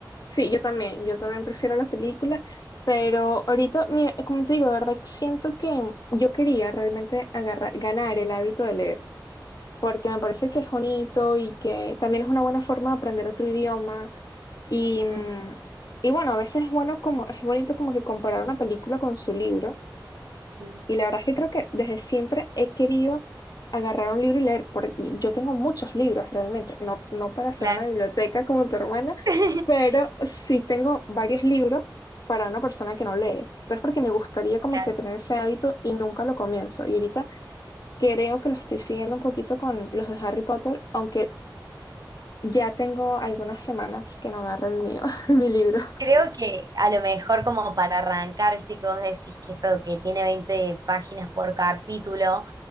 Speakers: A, on the left; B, on the right.
A: Sí, yo también, yo también prefiero la película, pero ahorita, mira, como te digo, de verdad que siento que yo quería realmente agarrar, ganar el hábito de leer, porque me parece que es bonito y que también es una buena forma de aprender otro idioma Y, mm,
B: Mm,
A: y bueno, a veces es bueno como, es bonito como que comparar una película con su libro.
B: sí,
A: Y la verdad es que creo que desde siempre he querido agarrar un libro y leer, porque yo tengo muchos libros realmente, no, no para hacer
B: claro,
A: una biblioteca como tu hermana,
B: <laughs>
A: pero sí tengo varios libros para una persona que no lee. Pero es porque me gustaría como
B: claro.
A: que tener ese hábito y nunca lo comienzo. Y ahorita creo que lo estoy siguiendo un poquito con los de Harry Potter, aunque ya tengo algunas semanas que no agarro el mío, <laughs> mi libro.
B: Creo que a lo mejor como para arrancar, viste que vos decís que esto que tiene 20 páginas por capítulo,